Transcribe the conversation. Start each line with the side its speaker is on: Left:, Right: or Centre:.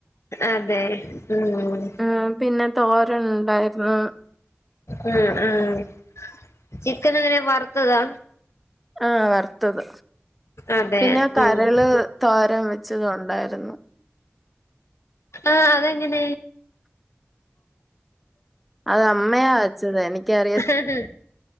Left: അതെ ഉം
Centre: ഉം പിന്നെ തോരനുണ്ടായിരുന്നു.
Left: ഉം ഉം ചിക്കൻ എങ്ങനെ വറുത്തതാ.
Centre: ആഹ് വറുത്തത്.
Left: അതെ
Centre: പിന്നെ കരള്
Left: ഉം
Centre: തോരൻ വെച്ചത് ഉണ്ടായിരുന്നു.
Left: ആഹ് അതെങ്ങനെ.
Centre: അത് അമ്മയാ വെച്ചത് എനിക്കറി
Left: ഹ്ഹ്ഹ്